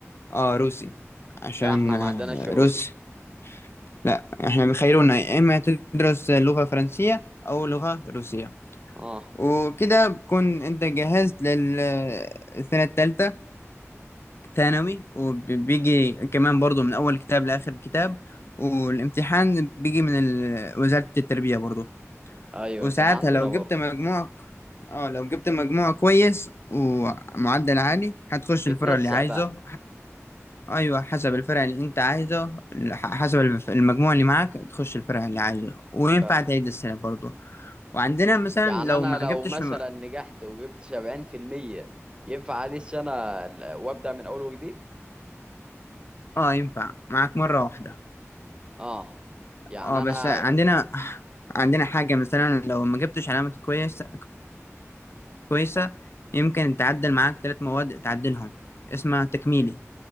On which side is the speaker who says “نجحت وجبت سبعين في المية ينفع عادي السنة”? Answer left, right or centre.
Right